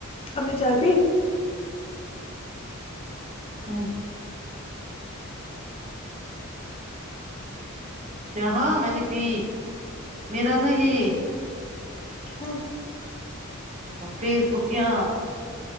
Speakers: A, on the left; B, on the right.
A: آ نے چاہب
B: ہ اچ ہاں میں نے پی میرا نا یہ
A: ہاں
B: فیس بک یہاں